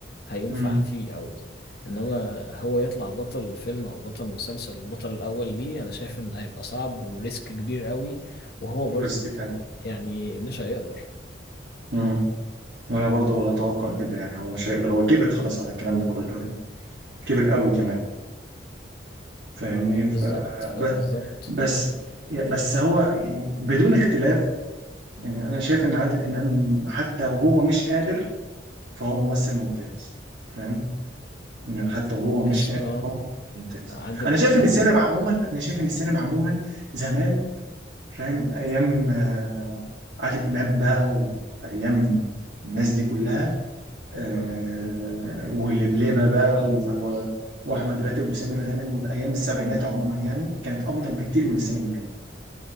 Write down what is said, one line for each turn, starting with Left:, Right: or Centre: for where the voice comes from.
Left: هينفع
Right: امم
Left: فيه قوي انما هو يطلع بطل فيلم او بطل مسلسل البطل الاول ليه انا شايف ان هيبقى صعب وريسك كبير قوي وهو برضو
Right: بس كفايه
Left: يعني مش هيقدر
Right: امم انا برضو اتوقع كده يعني هو مش هيقدر هو كبر خلاص على الكلام ده كله يعني كبر قوي كمان فاهمني
Left: بالظبط
Right: ف ب-
Left: فبالظبط
Right: بس بس هو يعني بدون اختلاف يعني انا شايف ان عادل امام حتى وهو مش قادر فهو ممثل ممتاز فاهم انه حتى وهو مش
Left: يا اسطى
Right: قادر هو ممثل ممتاز
Left: عادل
Right: انا شايف
Left: امام
Right: ان السينما عموما انا شايف ان السينما عموما زمان فاهم ايام آه، عادل امام بقى وايام الناس دي كلها آه واللبلبه بقى و... واحمد راتب وسمير غانم والايام السبعينات عموما يعني كانت افضل بكتير من السينما دلوقتي